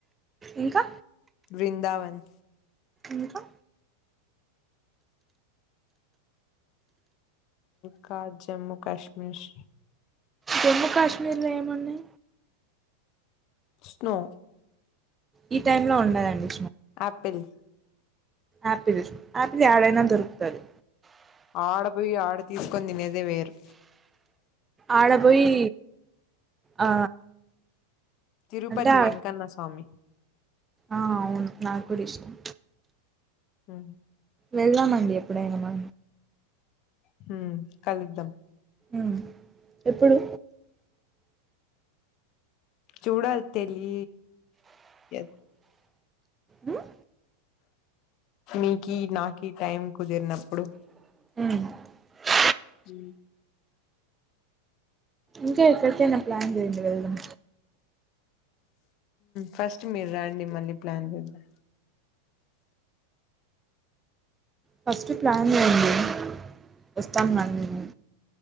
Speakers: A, on the right; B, on the left.
A: ఇంకా
B: వృందావన్
A: ఇంకా
B: కా జమ్మూకాశ్మీర్
A: జమ్మూ కశ్మీర్లేమనే
B: స్నో
A: ఈ టైమ్ లో ఉండదండి
B: ఆపిల్
A: ఆపిిల్ ఆపిిల్ యాడైనా దొర్కుతదు
B: ఆడ పోయి ఆడ తీసుకొని తినేదే వేరు
A: ఆడ పోయి ఆ
B: తిరుపతి
A: అంటే ఆ
B: వెంకన్నస్వామి
A: ఆ అవును నాకు కూడా ఇష్టం
B: ఆ
A: వెళ్దమండి ఎప్పుడ ఏనమా
B: హ కలుద్దాం
A: ఆ ఎప్పుడు
B: చూడ తెలి ఎ
A: ఉమ్
B: మీకి నాక టైం కుదిరినప్పుడు
A: హ
B: హ
A: ఇంకా ఎక్కడికనా ప్లాన్ చేయండి వెళ్దాం
B: ఫస్ట్ మీరు రండి మళ్ళీ ప్లాన్ చేద్దా
A: ఫస్ట్ ప్లాన్ చేయండి వస్తాం నను నేను